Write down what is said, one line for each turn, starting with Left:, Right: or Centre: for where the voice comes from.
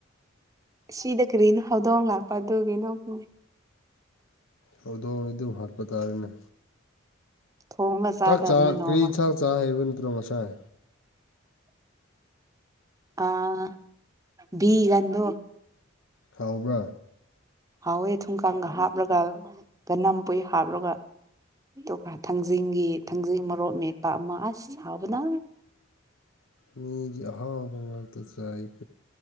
Right: ꯁꯤꯗ ꯀꯔꯤꯅꯣ ꯍꯧꯗꯣꯡ ꯂꯥꯛꯄ ꯑꯗꯨꯒꯤ ꯅꯣꯛꯄꯅꯦ꯫
Left: ꯍꯧꯗꯣꯡ ꯑꯗꯨ ꯍꯥꯠꯄꯇꯥꯔꯦꯅꯦ꯫
Right: ꯊꯣꯡꯒ ꯆꯥꯗꯕꯅꯤ
Left: ꯆꯥꯛ ꯆꯥ
Right: ꯅꯣꯡꯃ
Left: ꯀꯔꯤ ꯏꯟꯁꯥꯡ꯫ <unintelligible> ꯉꯁꯥꯏ꯫
Right: ꯑꯥ ꯕꯤꯒꯟꯗꯣ
Left: ꯈꯥꯎꯕ꯭ꯔꯥ
Right: ꯍꯥꯎꯋꯦ ꯊꯨꯝꯀꯪꯒ ꯍꯥꯞꯂꯒ ꯇꯅꯝ ꯄꯨꯏ ꯍꯥꯞꯂꯒ ꯑꯗꯨꯒ ꯊꯥꯡꯖꯤꯡꯒꯤ ꯊꯥꯡꯖꯤꯡ ꯃꯔꯣꯛ ꯃꯦꯠꯄ ꯑꯃ ꯑꯁ ꯁꯥꯕꯅ
Left: ꯃꯤꯗꯤ ꯑꯍꯥꯎꯕ ꯉꯥꯛꯇ ꯆꯥꯏ